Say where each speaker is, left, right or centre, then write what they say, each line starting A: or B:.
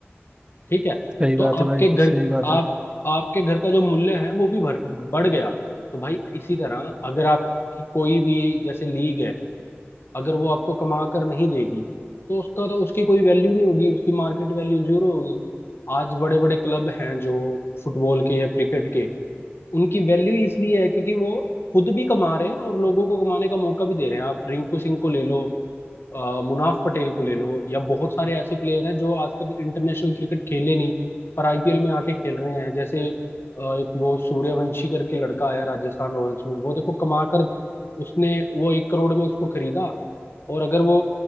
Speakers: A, on the left; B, on the right.
A: ठीक है
B: सही
A: तो
B: बात है
A: आपके
B: भाई
A: घर
B: सही बात है
A: आप आपके घर का जो मूल्य है वो भी भर, बढ़ गया तो भाई इसी तरह अगर आपकी कोई भी जैसे लीग है अगर वो आपको कमा कर नहीं देगी तो उसका तो उसकी कोई वैल्यू नहीं होगी उसकी मार्केट वैल्यू जीरो होगी आज बड़े बड़े क्लब हैं जो फुटबॉल के या क्रिकेट के उनकी वैल्यू इसलिए है क्योंकि वो खुद भी कमा रहे हैं और लोगों को कमाने का मौका भी दे रहे हैं आप रिंकू सिंह को ले लो अ, मुनाफ पटेल को ले लो या बहुत सारे ऐसे प्लेयर हैं जो आज तक इंटरनेशनल क्रिकेट खेले नहीं पर आईपीएल में आके खेल रहे हैं जैसे अ, एक वो सूर्यवंशी करके लड़का आया राजस्थान रॉयल्स में वो देखो कमा कर उसने वो एक करोड़ में उसको खरीदा और अगर वो